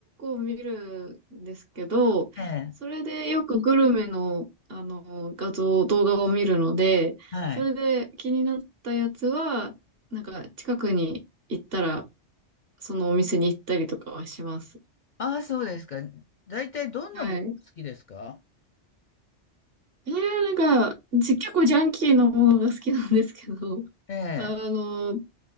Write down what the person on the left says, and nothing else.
ええ。
はい。
ああ、そうですか。大体どんなもの好きですか
ええ、